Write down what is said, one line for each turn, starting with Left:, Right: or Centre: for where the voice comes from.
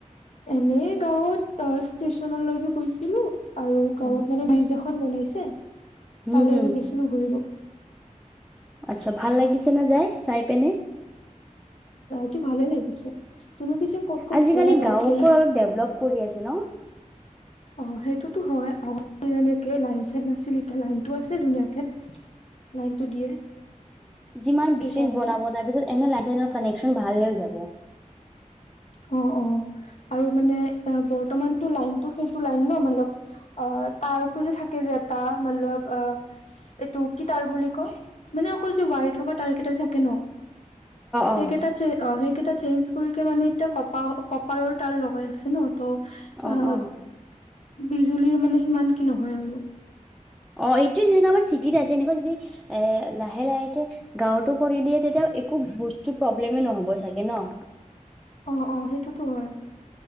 Left: এনেই গা অই ত ষ্টেচনলৈকে গৈছিলো। আৰু গাঁৱত
Centre: অ
Left: মানে ব্ৰিজ এখন এখন বনাইছে।
Centre: হম
Left: তালৈকো
Centre: হম
Left: গৈছিলো ঘূৰিব
Centre: আচ্ছা, ভাল লাগিছে না যাই চাই পেনে?
Left: টো ভালে লাগিছে। তুমি পিছে ক'ত ক'ত
Centre: আজিকালি
Left: ঘূৰা গাঁৱত
Centre: গাঁওকো
Left: গ'লে
Centre: অলপ ডেভলপ কৰি আছে হেল্ল'
Left: অ, সেইটোতো হয়, <unintelligible> যেনেকে লাইন চাইন নাছিল, এতিয়া লাইনটো আছে ধুনীয়াকে, লাইনটো দিয়ে।
Centre: যিমান
Left: সেইকাৰণে
Centre: বিজ চিজ বনাব, তাৰপিছত এনে <unintelligible> কানেকচন ভাল হৈ যায়।
Left: অ, অ। আৰু মানে অ, বৰ্তমানটো লাইনটো সেইটো লাইন ন মানে অ তাৰটো যে থাকে যে এটা মলব অ', এইটো কি তাৰ বুলি কয় মানে অকল যে ৱায়াৰ থকা তাৰ কেইটা যে থাকে ন'।
Centre: অ'।
Left: সেইকেইটা চে অ' সেই কেইটা চেঞ্জ কৰিকে মানে এতিয়া কপা কপাৰৰ তাৰ লগাই আছে ন। তো
Centre: অ',
Left: আহ
Centre: অ',
Left: বিজুলীৰ মানে সিমান কি নহয় আৰু
Centre: অ' এইটোৱে যেনেকে আমাৰ চিটিত আছে, এনেকুৱা যদি এ লাহে লাহেকে গাওঁতো কৰি দিয়ে। তেতিয়া একো বস্তুৰ প্ৰব্লেমেই নহ'ব চাগে ন?
Left: অ' অ' সেইটোতো হয়৷